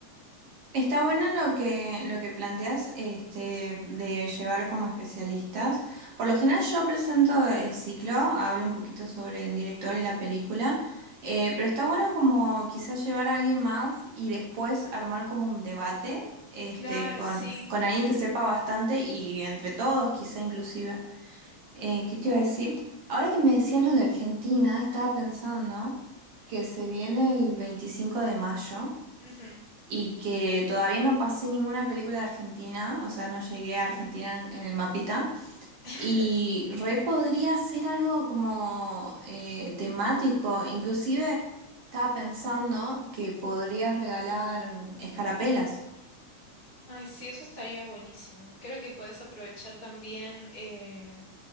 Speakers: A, on the right; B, on the left.
A: Está bueno lo que, lo que planteas este, de llevar como especialistas. Por lo general yo presento el ciclo, hablo un poquito sobre el director y la película, eh, pero está bueno como quizás llevar a alguien más y después armar como un debate este,
B: Claro,
A: con,
B: sí.
A: con alguien que sepa bastante y entre todos quizá inclusive. Eh, ¿qué te iba a decir? Ahora que me decías lo de Argentina, estaba pensando que se viene el 25 de mayo
B: Ujú.
A: y que todavía no pasé ninguna película de Argentina, o sea, no llegué a Argentina en en el mapita.
B: <laughs>
A: Y re podría ser algo como eh, temático, inclusive estaba pensando que podría regalar escarapelas.
B: Ay, sí, eso estaría buenísimo. Creo que puedes aprovechar también, eh,